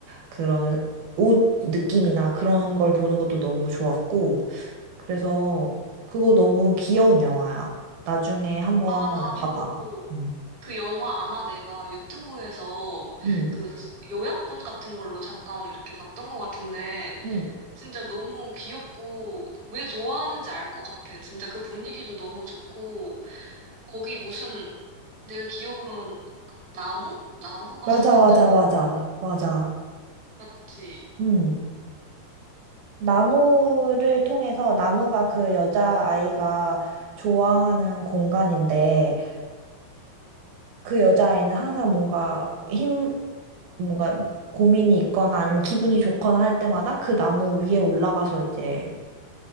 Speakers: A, on the right; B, on the right.
A: 그런 옷 느낌이나 그런 걸 보는 것도 너무 좋았고, 그래서 그거 너무 귀여운 영화야. 나중에 한번
B: 아, 나도
A: 봐봐. 음.
B: 그 영화 아마 내가 유튜브에서
A: 음.
B: 그 요약본 같은 걸로 잠깐 이렇게 봤던 것 같은데
A: 음.
B: 진짜 너무 귀엽고 왜 좋아하는지 알 것 같아. 진짜 그 분위기도 너무 좋고 거기 무슨 내가 기억으로는 나무? 나무가
A: 맞아,
B: 상징적인
A: 맞아, 맞아, 맞아.
B: 맞지?
A: 음. 나무를 통해서 나무가 그 여자아이가 좋아하는 공간인데 그 여자아이는 항상 뭔가 힘, 뭔가 고민이 있거나 아니면 기분이 좋거나 할 때마다 그 나무 위에 올라가서 이제